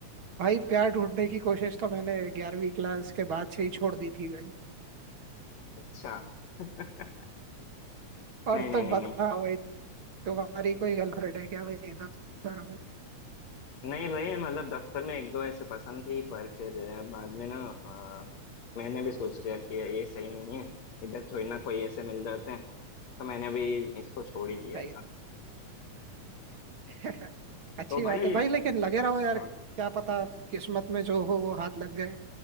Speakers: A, on the right (about 45°); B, on the left (about 60°).
A: भाई प्यार ढूंढने की कोशिश तो मैंने ग्यारहवीं क्लास के बाद से ही छोड़ दी थी भाई
B: अच्छा <laughs> नहीं
A: और
B: नहीं
A: तुम
B: नहीं
A: बताओ भाई तुम्हारी कोई गर्लफ्रेंड है क्या भाई दफ्तर में
B: नहीं भाई मतलब दफ्तर में एक दो ऐसे पसंद थी पर फिर अ, बाद में ना अ, मैंने भी सोच लिया कि ये सही नहीं है इधर थोड़ी ना कोई ऐसे मिल जाते हैं तो मैंने भी इसको छोड़ ही दिया
A: भाई
B: ऐसा
A: <laughs> अच्छी
B: तो भाई
A: बात है भाई लेकिन लगे रहो यार
B: हाँ
A: क्या पता किस्मत में जो हो वो हाथ लग जाए